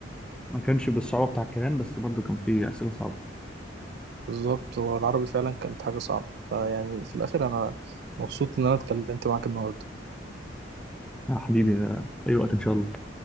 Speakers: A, in the centre; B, on the right (about 60°).
A: ما كانش بالصعوبة بتاع الكيهان بس برضه كان فيه أسئلة صعبة
B: بالظبط هو العربي فعلا كانت حاجة صعبة فيعني في الآخر أنا مبسوط إن أنا اتكلمت معاك النهاردة
A: يا حبيبي آه، أي وقت إن شاء الله